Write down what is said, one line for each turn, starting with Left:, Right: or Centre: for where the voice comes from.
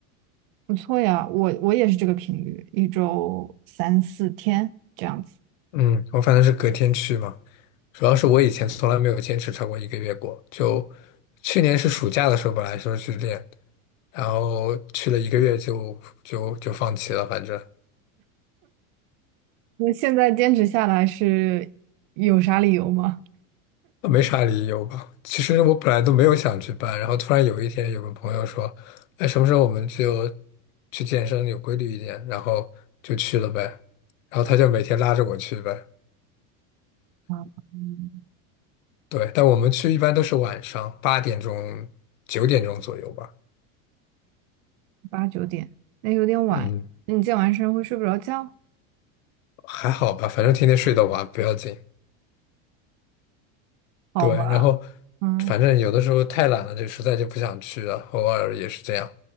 Right: 不错呀，我我也是这个频率，一周三四天这样子。
Left: 嗯，我反正是隔天去嘛，主要是我以前从来没有坚持超过一个月过，就去年是暑假的时候本来说去练，然后去了一个月就就就放弃了，反正。
Right: 那现在坚持下来是有啥理由吗？
Left: 没啥理由吧。其实我本来都没有想去办，然后突然有一天有个朋友说：“哎，什么时候我们就去健身有规律一点？”然后就去了呗。然后他就每天拉着我去呗。
Right: 啊，嗯，
Left: 对，但我们去一般都是晚上八点钟、九点钟左右吧。
Right: 八九点，那有点晚。
Left: 嗯，
Right: 那你健完身会睡不着觉？
Left: 还好吧，反正天天睡得晚，不要紧。
Right: 好吧，
Left: 对，然后
Right: 嗯
Left: 反正有的时候太懒了，就实在就不想去了，偶尔也是这样。